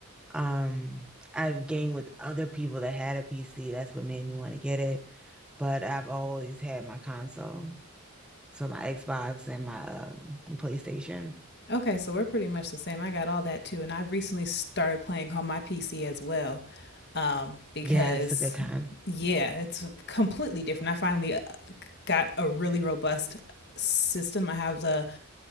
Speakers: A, in the centre; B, on the left (about 50°).
A: Um, I've gamed with other people that had a PC. That's what made me want to get it. But I've always had my console. So my Xbox and my um, PlayStation.
B: Okay, so we're pretty much the same. I got all that too, and I recently started playing on my PC as well, um, because
A: Yeah, it's a good time.
B: yeah, it's completely different. I finally uh, got a really robust system. I have the